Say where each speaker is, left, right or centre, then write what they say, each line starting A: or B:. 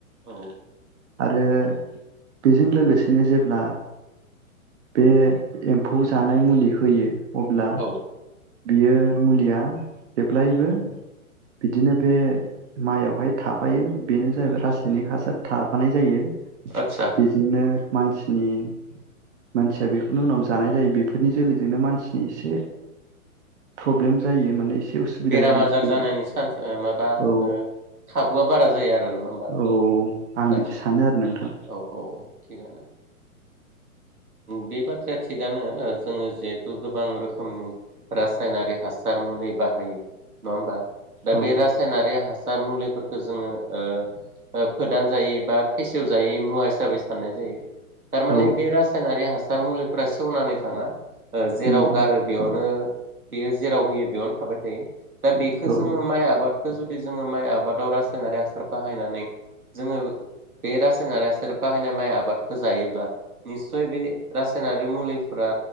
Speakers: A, on the right; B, on the right.
A: औ
B: जे बेजों लोगोसेनो जेब्ला बे एम्फौ जानाय मुलि होयो अब्ला
A: औ
B: बियो मुलिया जेब्लायबो बिदिनो बे माइयावहाय थाफायो बेनो जाहैबाय रासायनिक हासार थाफानाय जायो।
A: आदसा
B: बेदिनो मानसिनि मानसिया बेखौनो उनाव जानाय जायो बेफोरनि जोलैजोंनो मानसिनि एसे प्रब्लेम जायो माने एसे उसुबिदा
A: बेराम
B: जानायखौ
A: आजार जानायनि चान्स ओ माबा
B: औ
A: ओ खा बुया बारा जायो आ रो नङा होमबा
B: औ आं
A: आदसा
B: बिदि सानो आरो नोंथां
A: औ औ औ थिगानो। बे बाथ्राया थिगानो जोङो जिहेथु गोबां रोखोमनि रासायनारि हासा र मुलि बा हायो नङा होमबा दा
B: औ
A: बे रासायनारि हासार मुलिफोरखौ जोङो फोदान जायै बा फेसेवजायै मुवा हिसाबै फाननाय जायो थारमाने
B: औ
A: बे रासायनारि हासा र मुलिफोरा सेवनानै थाङा। जेराव
B: उम
A: गारो बेयावनो बेयो जेराव होयो बेयावनो थाबाय थायो दा बेखौ
B: औ
A: जोङो माइ आबादखौ जुदि जोङो माइ आबादाव रासायनारि हा सार बाहायनानै जोङो बे रासायनारि हासार बाहायनाय माइ आबाद होजायोब्ला निस्सय बे रासायनारि मुलिफोरा